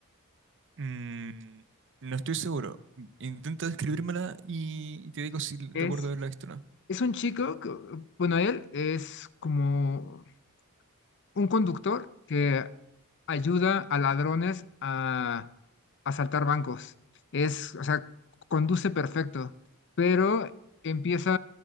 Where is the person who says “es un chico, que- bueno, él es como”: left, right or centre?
Left